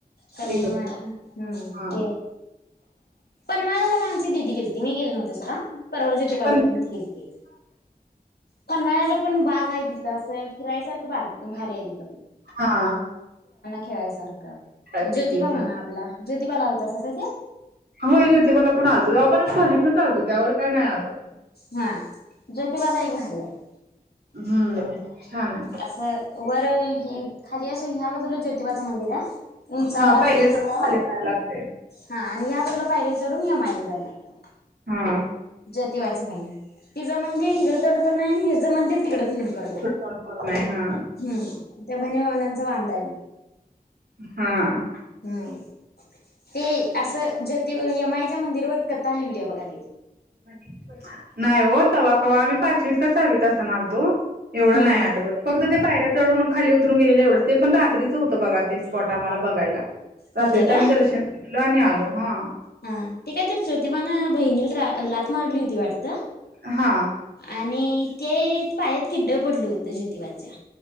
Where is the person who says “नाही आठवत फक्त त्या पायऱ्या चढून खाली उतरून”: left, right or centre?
Right